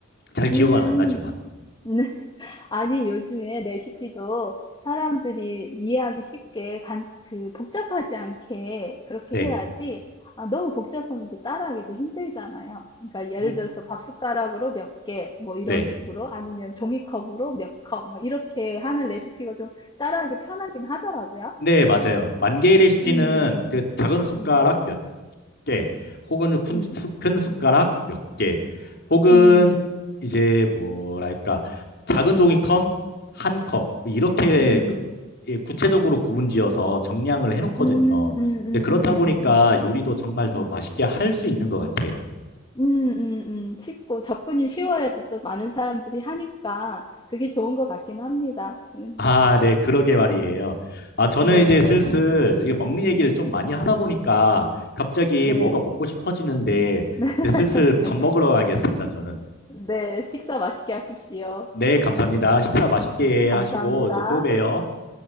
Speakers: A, on the left (about 55°); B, on the left (about 25°).
A: 잘 기억은
B: 음.
A: 안 나지만.
B: <laughs> 아니, 요즘에 레시피도 사람들이 이해하기 쉽게 간, 그, 복잡하지 않게 그렇게
A: 네.
B: 해야지. 아, 너무 복잡하면 또 따라하기도 힘들잖아요. 그러니까 예를
A: 음,
B: 들어서 밥 숟가락으로 몇 개, 뭐 이런
A: 네.
B: 식으로 아니면 종이컵으로 몇 컵, 뭐 이렇게 하는 레시피가 좀 따라하기 편하긴 하더라고요.
A: 네, 맞아요. 만 개의 레시피는
B: 음,
A: 그 작은 숟가락
B: 음,
A: 몇 개, 혹은 큰,
B: 음.
A: 수- 큰 숟가락 몇 개, 혹은
B: 음,
A: 이제 뭐랄까, 작은 종이컵 한 컵, 이렇게
B: 음,
A: 그- 예, 구체적으로 구분지어서 정량을 해놓거든요.
B: 음, 음, 음,
A: 이제 그렇다
B: 음,
A: 보니까
B: 음,
A: 요리도 정말 더
B: 음, 음,
A: 맛있게 할 수 있는 것 같아요.
B: 음, 음, 음. 쉽고 접근이 쉬워야지 또 많은 사람들이 하니까 그게 좋은 것 같긴 합니다. 음,
A: 아, 네, 그러게 말이에요. 아, 저는
B: 네,
A: 이제
B: 네,
A: 슬슬 이게 먹는 얘기를 좀 많이 하다 보니까 갑자기
B: 네,
A: 뭐가 먹고 싶어지는데
B: <laughs>
A: 이제 슬슬 밥
B: 네,
A: 먹으러 가겠습니다, 저는.
B: 네, 식사 맛있게 하십시오.
A: 네, 감사합니다. 식사 맛있게
B: 감사합니다.
A: 하시고 저또 봬요.